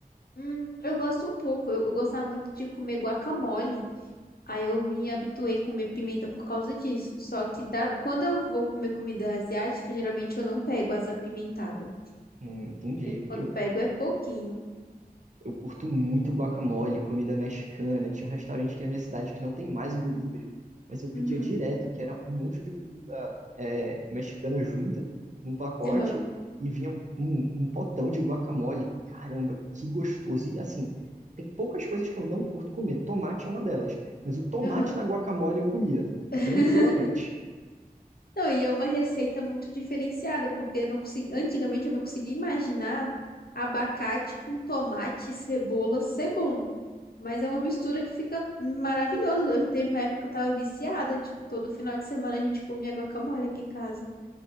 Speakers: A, on the left; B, on the right.
A: Hum, eu gosto um pouco. Eu, eu gostava muito de comer guacamole. Aí eu me habituei a comer pimenta por causa disso. Só que da, quando eu vou comer comida asiática, geralmente eu não pego as apimentadas.
B: Hum, entendi.
A: Quando
B: Eu
A: pego é pouquinho.
B: Eu curto muito guacamole, comida mexicana. Tinha um restaurante aqui na minha cidade que não tem mais o delivery, mas eu pedia
A: Uhum,
B: direto, que era um monte de comida é, mexicana junta, num pacote,
A: aham,
B: e vinha um, um um potão de guacamole. Caramba, que gostoso! E assim, tem poucas coisas que eu não curto comer. Tomate é uma delas, mas o tomate
A: aham.
B: na guacamole eu comia,
A: <laughs>
B: tranquilamente.
A: Não, e é uma receita muito diferenciada, porque eu não consegui, antigamente eu não conseguia imaginar abacate com tomate e cebola ser bom. Mas é uma mistura que fica maravilhosa. Eu teve uma época que eu tava viciada, tipo, todo final de semana a gente comia guacamole aqui em casa.